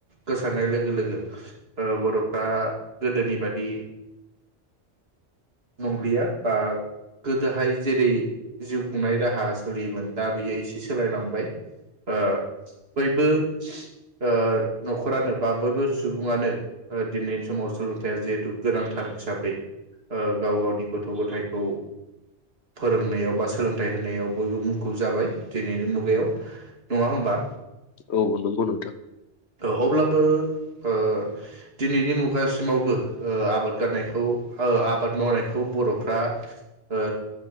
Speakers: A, on the right; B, on the left.
A: गोसारनाय लोगो लोगो ओ बर'फ्रा गोदोनि बादि नंलिया बा गोदोहाय जेरै जिउ खुंनाय राहा सोलियोमोन दा बियो एसे सोलायलांबाय ओ बयबो ओ न'खरानो बा बयबो सुबुङानो ओ दिनैनि समाव सोलोंथाइया जिहेथु गोनांथार हिसाबै ओ गाव गावनि गथ' गथायखौ फोरोंनायाव बा सोलोंथाइ होनायाव बयबो मुं खुब जाबाय दिनैनि मुगायाव नङा होमबा?
B: औ नंगौ नोंथां।
A: अब्लाबो ओ दिनैनि मुगासिमावबो ओ आबाद गारनायखौ ओ आबाद मावनायखौ बर'फ्रा ओ